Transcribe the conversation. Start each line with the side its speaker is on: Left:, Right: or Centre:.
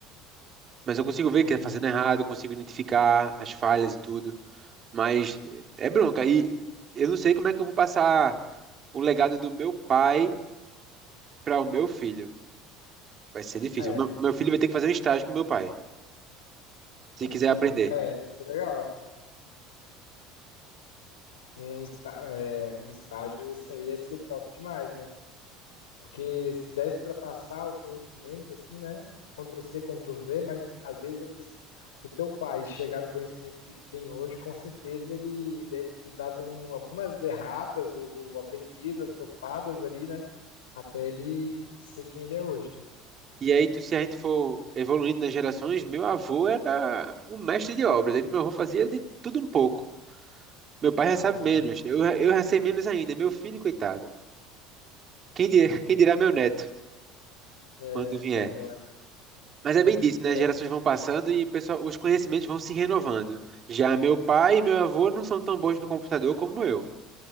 Right: Mas eu consigo ver que
Left: hum.
Right: está fazendo errado, eu consigo identificar as falhas e tudo. Mas é bronca. E eu não sei como é que eu vou passar. o legado do meu pai para o meu filho. Vai ser difícil.
Left: Ah, é,
Right: O meu, meu filho vai ter que fazer um estágio com meu pai, se quiser
Left: que
Right: aprender.
Left: bom. É, isso é legal. Um, está, é, um estágio, isso aí é ser top demais, né? Porque se desse para passar o conhecimento, assim, né? Ctrl C, Ctrl V, mas às vezes para o teu pai chegar no conhecimento que ele tem hoje, com certeza ele deve ter dado um, algumas erratas ou aprendidas, topadas ali, né? Até ele ser quem ele é hoje, né?
Right: E aí, tu- se a gente for evoluindo nas gerações, meu avô era um mestre de obras. Ele, meu avô fazia de tudo um pouco. Meu pai já sabe
Left: Olha
Right: menos.
Left: só.
Right: Eu, eu já sei menos ainda. Meu filho, coitado. Quem dirá, <laughs> quem dirá meu neto,
Left: É,
Right: quando vier.
Left: e agora?
Right: Mas
Left: Sim,
Right: é bem disso,
Left: sim,
Right: né?
Left: é.
Right: As gerações vão passando e o pessoal, os conhecimentos vão se renovando. Já meu pai e meu avô não são tão bons no computador como eu.